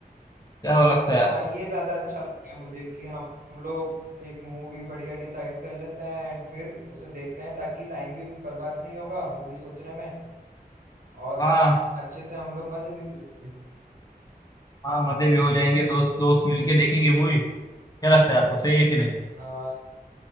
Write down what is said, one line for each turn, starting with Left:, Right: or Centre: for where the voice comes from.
Left: क्या वो लगता है
Right: हाँ
Left: आपको
Right: ये ज्यादा अच्छा लगता है मुझे कि हम हम लोग एक मूवी बढ़िया डिसाइड कर लेते हैं एंड फिर उसे देखते हैं ताकि टाइम भी बर्बाद नहीं होगा मूवी सोचने में और
Left: हाँ
Right: अच्छे से हम लोग मजे भी कर लेंगे
Left: हाँ मजे भी हो जाएंगे दोस्त दोस्त मिलके देखेंगे मूवी क्या लगता है आपको सही है कि नहीं
Right: हाँ